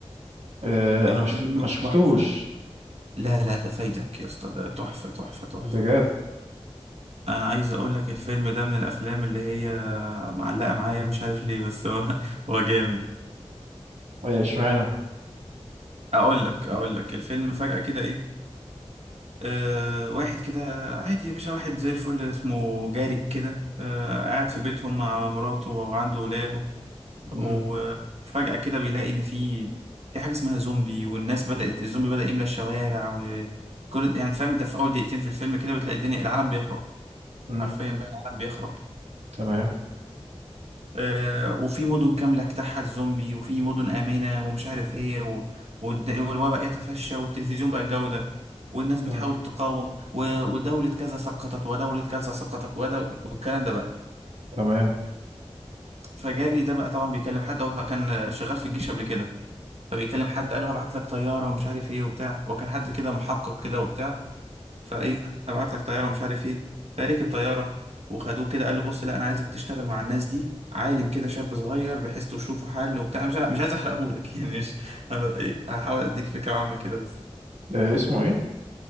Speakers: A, on the right (about 85°); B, on the right (about 70°).
A: إيه.
B: الفيلم
A: انا مش ما شفتوش
B: تحفة لا لا ده فايتك يا اسطى ده تحفة تحفة تحفة
A: بجد
B: انا عايز اقول لك الفيلم ده من الافلام اللي هي معلقة معايا مش عارف ليه بس هو <laughs> هو جامد
A: إيه، اشمعنى
B: اقول لك اقول لك الفيلم فجأة كده ايه آه واحد كده عادي يا باشا واحد زي الفل اسمه جاري كده آه قاعد في بيتهم مع مراته وعنده ولاده
A: مم.
B: وفجأة كده بيلاقي ان في في حاجة اسمها زومبي والناس بدأت الزومبي بدأ يملى الشوارع وكل يعني فاهم انت في اول دقيقتين في الفيلم كده بتلاقي الدنيا العالم بيخرب
A: مم.
B: حرفيا بقى العالم بيخرب
A: تمام
B: آه، وفي مدن كاملة اجتاحها الزومبي وفي مدن آمنة ومش عارف ايه و... والد- والوباء يتفشى والتلفزيون بقى الجودة والناس بتحاول
A: تمام
B: تقاوم و... ودولة كذا سقطت ودولة كذا سقطت ودول... والكلام ده بقى
A: تمام
B: فجاري ده بقى طبعا بيكلم حد هو كان شغال في الجيش قبل كده فبيكلم حد قال له هبعت لك طيارة ومش عارف ايه وبتاع وكان حد كده محقق كده وبتاع فايه ابعت لك طياره ومش عارف ايه فركب طياره وخدوه كده قال له بص لا انا عايزك تشتغل مع الناس دي عالم كده شاب صغير بحيث تشوفوا حل وبتاع مش مش عايز احرقهولك <laughs> يعني مش انا ايه هحاول اديك فكره عامه كده بس
A: إيه. اسمه ايه